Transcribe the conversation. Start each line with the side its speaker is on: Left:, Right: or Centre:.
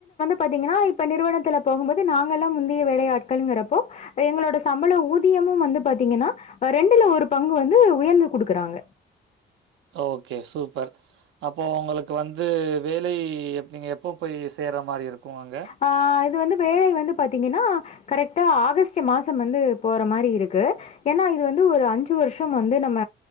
Left: பாத்தீங்கனா இப்ப நிறுவனத்துல போகும் போது நாங்க எல்லாம் முந்தைய வேளையாட்கள்ங்கிறப்போ எங்களோட சம்பள ஊதியமும் வந்து பாத்தீங்கனா ரெண்டுல ஒரு பங்கு வந்து உயர்ந்து குடுக்குறாங்க
Right: ஓகே சூப்பர் அப்போ உங்களுக்கு வந்து வேலை நீங்க எப்போ போய் செய்ற மாரி இருக்கும் அங்க?
Left: ஆ இது வந்து வேலை வந்து பாத்தீங்கன்னா கரெக்டா ஆகஸ்டு மாசம் வந்து போற மாரி இருக்கு ஏன்னா இது வந்து ஒரு அஞ்சு வருஷம் வந்து நம்ம